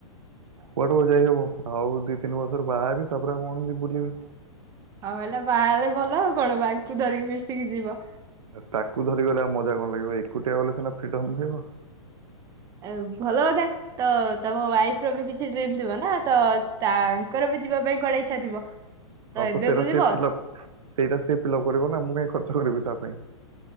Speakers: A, on the right; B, on the right.
A: କୁଆଡୁ ଆଉ ଯାଇ ହବ ଆଉ ଦି ତିନି ବର୍ଷରେ ବାହା ହେବି ତାପରେ ଆଉ କଣ ବୁଲିବି।
B: ହଉ ହେଲା ବାହାଲେ ଭଲ ଆଉ କଣ ୱାଇଫ୍ କୁୁ ଧରିକି ମିଶିକି ଯିବ।
A: ଆ ତାକୁ ଧରି ଗଲେ ଆଉ ମଜା କଣ ଲାଗିବ ଏକୁଟିଆ ଗଲେ ସିନା ଫ୍ରିଡମ୍ ରହିବ।
B: ଆ ଭଲ କଥା ତ ତମ ୱାଇଫ ର ବି କିଛି ଡ୍ରିମ୍ ଥିବ ନା ତ ତାଙ୍କର ବି ଯିବା ପାଇଁ କୁଆଡେ ଇଚ୍ଛା ଥିବ।
A: ହଁ ତ
B: ଏବେ
A: ସେଇଟା
B: ବୁଲିବ
A: ସେ ଫିଲ୍ ଅଫ୍ ସେଇଟା ସେ ଫିଲ୍ଅଫ୍ କରିବ ନା ମୁଁ କାଇଁ କ କରିବି ତା ପାଇଁ।